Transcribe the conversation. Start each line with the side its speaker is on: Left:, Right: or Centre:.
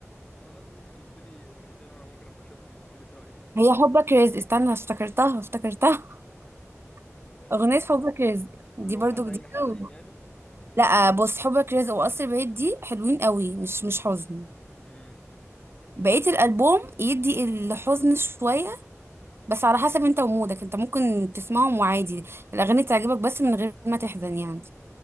Left: خلاص ماشي انت قلت لي اغنيتين انا ممكن ابقى اشوفهم واقول لك رأيي فيهم
Right: هي حبك رزق استنى افتكرتها افتكرتها <laughs>
Left: آه،
Right: أغنية حبك رزق
Left: كلهم
Right: دي برضو
Left: حزين
Right: جديدة
Left: حزين
Right: و...
Left: يعني
Right: لا بص حبك رزق وقصر بعيد دي حلوين قوي مش مش حزن
Left: امم
Right: بقية الألبوم يدي الحزن شوية بس على حسب انت ومودك انت ممكن تسمعهم وعادي الأغاني تعجبك بس من غير ما تحزن يعني